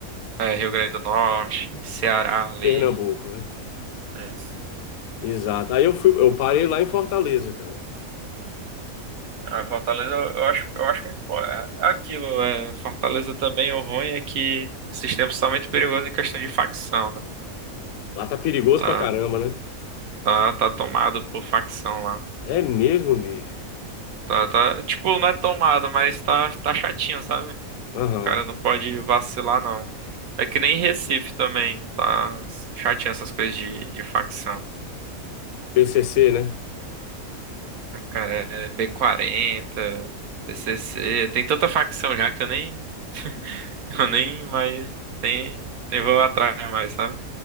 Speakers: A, on the right; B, on the left.
A: é, Rio Grande do Norte, Ceará ali.
B: Pernambuco, né?
A: Isso.
B: Exato. Aí eu fui, eu parei lá em Fortaleza, cara.
A: A Fortaleza, eu acho, eu acho muito bom. É é aquilo, é, Fortaleza também, o ruim é que esses tempos estão muito perigosos em questão de facção, né?
B: Lá tá perigoso
A: Tá,
B: pra caramba, né?
A: tá, tá tomado por facção lá.
B: É mesmo, bicho.
A: Tá, tá, tipo, não é tomado, mas tá, tá chatinho, sabe?
B: Aham.
A: Cara, não pode vacilar, não. É que nem Recife também, tá chatinho essas coisas de, de facção.
B: PCC, né?
A: Ah, Cara, é B40, PCC, tem tanta facção já que eu nem, <laughs> eu nem mais, nem, nem vou atrás mais, sabe?